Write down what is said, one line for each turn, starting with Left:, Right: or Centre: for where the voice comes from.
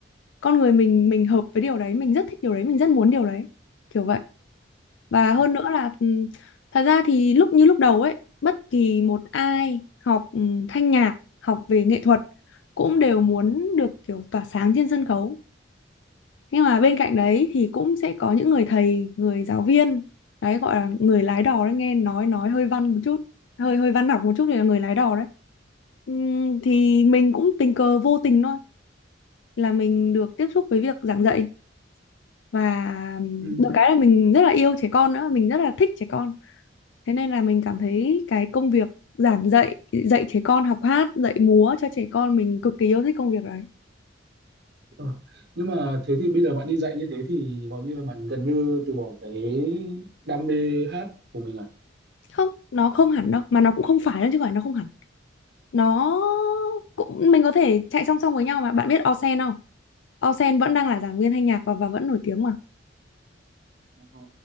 Left: con người mình mình hợp với điều đấy mình rất thích điều đấy mình rất muốn điều đấy kiểu vậy và hơn
Right: Ờ,
Left: nữa là ừm, thật ra thì lúc như lúc đầu ấy bất kỳ một ai học ừm, thanh nhạc học về nghệ thuật cũng đều muốn được kiểu tỏa sáng trên sân khấu nhưng mà bên cạnh đấy thì cũng sẽ có những người thầy người giáo viên đấy gọi là người lái đò đấy nghe nói nói hơi văn một chút hơi hơi văn học một chút thì là người lái đò đấy Ừm, thì mình cũng tình cờ vô tình thôi là mình được tiếp xúc với việc giảng dạy và
Right: Ừ.
Left: được cái là mình rất là yêu trẻ con nữa mình rất là thích trẻ con Thế nên là mình cảm thấy cái công việc giảng dạy, dạy trẻ con học hát, dạy múa cho trẻ con mình cực kỳ yêu thích công việc đấy.
Right: ờ. Nhưng mà thế thì bây giờ bạn đi dạy như thế thì gọi như là bạn gần như từ bỏ cái đam mê hát của mình à?
Left: Không, nó không hẳn đâu, mà nó cũng không phải đâu chứ không phải nó không hẳn. Nó cũng mình có thể chạy song song với nhau mà. Bạn biết Osen không? Osen vẫn đang là giảng viên thanh nhạc và và vẫn nổi tiếng mà.
Right: Ờ,